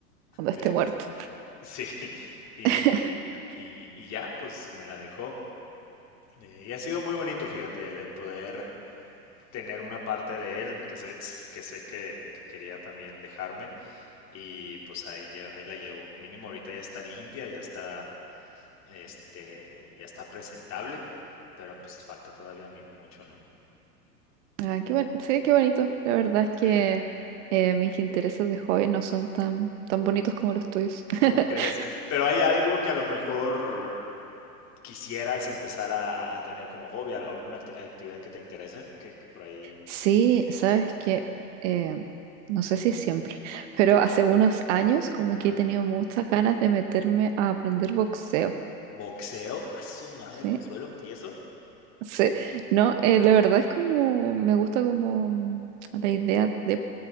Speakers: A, on the right; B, on the left.
A: cuando esté
B: Este,
A: muerto.
B: sí, y,
A: <laughs>
B: y, y ya, pues me la dejó. Eh, y ha sido muy bonito, fíjate, el, el poder tener una parte de él que sé, que sé que, que quería también dejarme y pues ahí, lle- ahí la llevo. Mínimo ahorita ya está limpia, ya está, este, ya está presentable, pero pues falta todavía mi- mucho, ¿no?
A: Ah, qué bon- sí, qué bonito. La verdad es
B: Sí.
A: que eh, mis intereses de hobby no son tan, tan bonitos como los tuyos.
B: <laughs> ¿Cómo
A: <laughs>
B: crees? Pero hay algo que a lo mejor quisieras empezar a, a- a tener como hobby, al- alguna acti- actividad que te interese, que, que por ahí...
A: Sí, sabes que, eh, no sé si siempre, pero hace unos años como
B: Ajá.
A: que he tenido muchas ganas de meterme a aprender boxeo.
B: Boxeo, a su madre,
A: Sí,
B: Consuelo, ¿y eso?
A: sí, no, eh, la verdad es como, me gusta como mm, la idea de